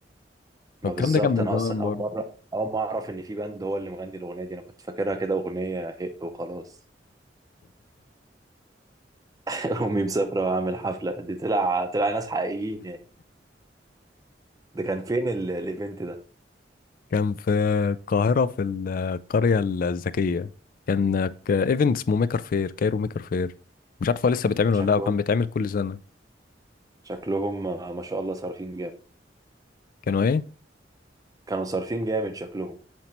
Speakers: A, on the right; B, on the left.
A: ما
B: والكلام
A: بالظبط
B: ده كان من
A: انا
B: زمان
A: اصلا
B: برضه.
A: اول مره اول ما اعرف ان في باند هو اللي مغني الاغنيه دي انا كنت فاكرها كده اغنيه هق وخلاص <laughs> امي مسافره واعمل حفله دي طلع طلع ناس حقيقيين يعني ده كان فين ال- الايفنت ده
B: كان في القاهرة في القرية الذكية كان ك- ايفنت اسمه ميكر فير كايرو ميكر فير مش عارف هو لسه بيتعمل
A: شكلهم
B: ولا لا وكان بيتعمل كل سنة
A: شكلهم ما شاء الله صارفين جامد
B: كانوا ايه
A: كانوا صارفين جامد شكلهم